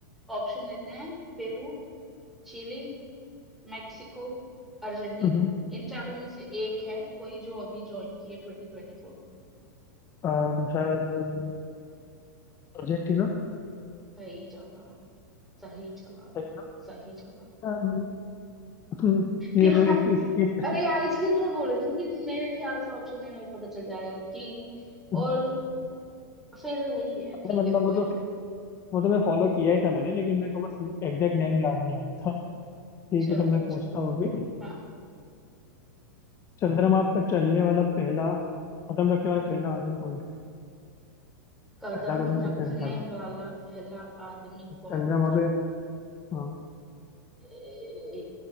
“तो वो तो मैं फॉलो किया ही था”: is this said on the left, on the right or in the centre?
Left